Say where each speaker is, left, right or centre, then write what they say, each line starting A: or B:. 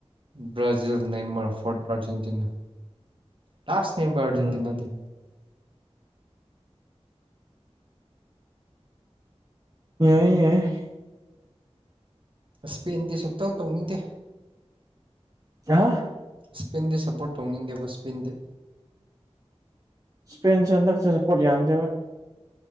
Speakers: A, on the right (about 50°); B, on the right (about 30°).
A: ꯕꯥꯖꯤꯜ ꯅꯦꯝꯃꯔ ꯐꯣꯔꯠ ꯑꯔꯖꯦꯟꯇꯤꯅꯥ ꯂꯥꯁ ꯅꯦꯕ ꯑꯔꯖꯦꯟꯇꯤꯅꯥꯗꯤ
B: ꯎꯝ ꯌꯥꯏꯌꯦ ꯌꯥꯏꯌꯦ
A: ꯁ꯭ꯄꯦꯟꯗꯤ ꯁꯨꯛꯇꯧ ꯇꯧꯅꯤꯡꯗꯦ
B: <unintelligible>
A: ꯁ꯭ꯄꯦꯟꯗꯤ ꯁꯞꯄꯣꯔꯠ ꯇꯧꯅꯤꯡꯗꯦꯕ ꯁ꯭ꯄꯦꯟꯗꯤ
B: ꯁ꯭ꯄꯦꯟꯁꯦ ꯍꯟꯗꯛꯁꯦ ꯔꯤꯄꯣꯔꯠ ꯌꯥꯝꯗꯦ ꯍꯣꯏ